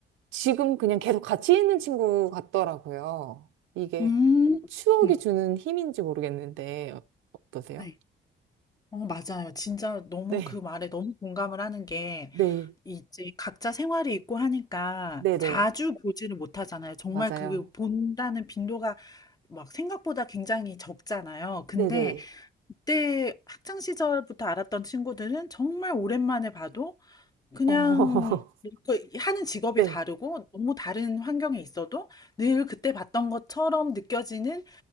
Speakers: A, on the right (about 85°); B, on the left (about 20°).
A: 지금 그냥 계속 같이 있는 친구 같더라고요. 이게
B: 음,
A: 추억이
B: 음.
A: 주는 힘인지 모르겠는데 어떠세요?
B: 네. 어, 맞아요. 진짜 너무
A: 네.
B: 그 말에 너무 공감을 하는 게
A: 네,
B: 이제 각자 생활이 있고 하니까
A: 네네,
B: 자주 보지를 못하잖아요. 정말
A: 맞아요.
B: 그 본다는 빈도가 막 생각보다 굉장히 적잖아요. 근데
A: 네네.
B: 그때 학창 시절부터 알았던 친구들은 정말 오랜만에 봐도 그냥
A: 어, <laughs>
B: 그 하는 직업이
A: 네,
B: 다르고 너무 다른 환경에 있어도 늘 그때 봤던 것처럼 느껴지는